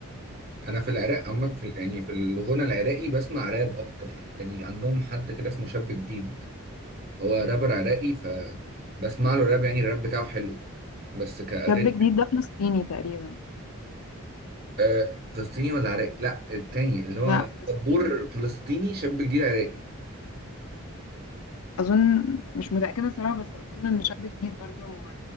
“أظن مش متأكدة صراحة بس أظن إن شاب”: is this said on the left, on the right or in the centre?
Left